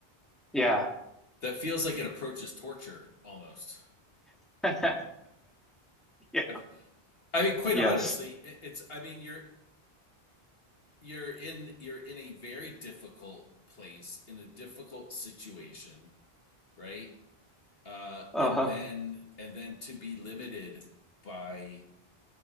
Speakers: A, in the centre; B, on the left.
A: yeah.
B: That feels like it approaches torture almost.
A: <laughs> Yeah.
B: I, I mean, quite
A: Yes.
B: honestly, it's. I mean, you're you're in you're in a very difficult place in a difficult situation, right? Uh,
A: Uh-huh.
B: and then and then to be limited by